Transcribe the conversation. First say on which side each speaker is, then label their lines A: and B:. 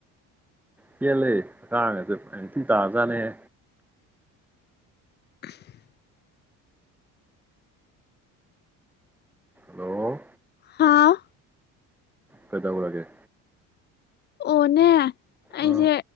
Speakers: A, in the centre; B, on the left (about 30°).
A: ꯆꯦꯜꯂ ꯀꯥꯡꯉꯁꯦ ꯊꯤ ꯇꯥꯖꯥꯅꯦꯦ
B: <inaudible>
A: ꯍꯜꯂꯣ
B: ꯍꯥꯥꯎ
A: ꯀꯗꯧꯔꯒꯦ
B: ꯑꯣꯅꯦ ꯑꯩꯁꯦ
A: ꯑꯥ